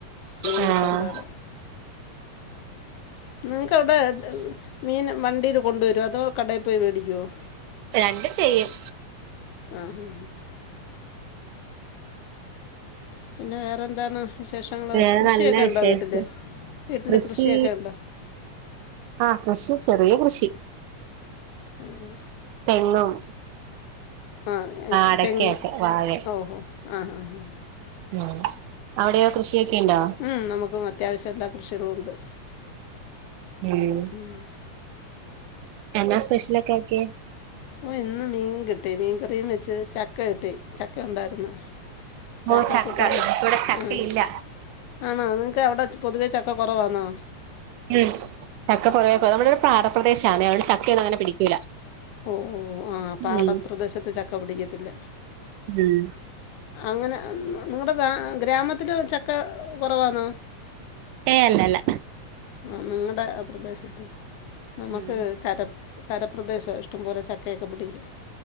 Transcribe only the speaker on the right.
ആഹ്
രണ്ടും ചെയ്യും
വേറെ
നല്ല വിശേഷം
കൃഷി
ആഹ് കൃഷി ചെറിയ കൃഷി
തെങ്ങും
അടക്കയൊക്കെ
വാഴ
ആ അവിടെയോ കൃഷിയൊക്കെ ഉണ്ടോ
ഉം
എന്താ സ്പെഷ്യലൊക്കെ ആക്കെ
ഓ
ഇവിടെ ചക്കയില്ല
ഉമ് ചക്ക പൊതുവേക്കറവ നമ്മുടെ ഒരു പാടപ്രദേശാണ് അവിടെ ചക്കയന്നും അങ്ങനെ പിടിക്കൂല
ഉം
ഉം
ഏയ് അല്ലല്ല
ഉം